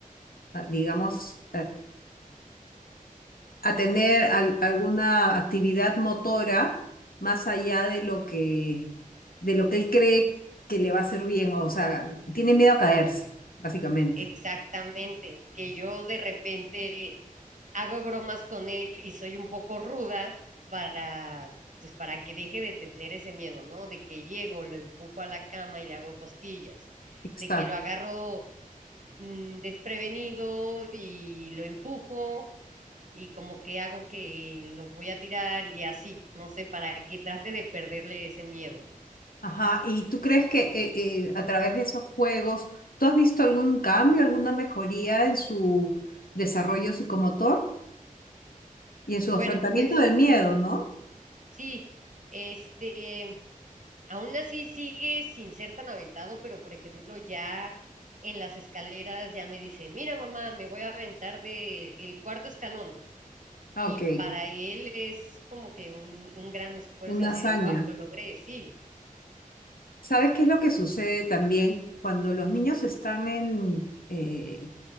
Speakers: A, on the left; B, on the right.
A: a, digamos, a tener al- alguna actividad motora más allá de lo que, de lo que él cree que le va a hacer bien, o sea, tiene miedo a caerse, básicamente.
B: Exactamente, que yo de repente hago bromas con él y soy un poco ruda para, pues para que deje de tener ese miedo, ¿no? De que llego, lo empujo a la cama y le hago cosquillas,
A: Exacto.
B: de que lo agarro mm, desprevenido y lo empujo y como que hago que lo voy a tirar y así, no sé, para que trate de perderle ese miedo.
A: Ajá, ¿y tú crees que eh, eh, a través de esos juegos, tú has visto algún cambio, alguna mejoría en su desarrollo psicomotor y en su
B: Bueno,
A: afrontamiento
B: pues
A: del miedo, ¿no?
B: sí, este... Aún así sigue sin ser tan aventado, pero por ejemplo ya en las escaleras ya me dice, mira mamá, me voy a aventar de el cuarto escalón.
A: Ok,
B: Y para él es como que un, un gran esfuerzo
A: una
B: así
A: hazaña.
B: de, wow, lo logré, sí,
A: ¿Sabes qué es lo que sucede también cuando los niños están en, eh,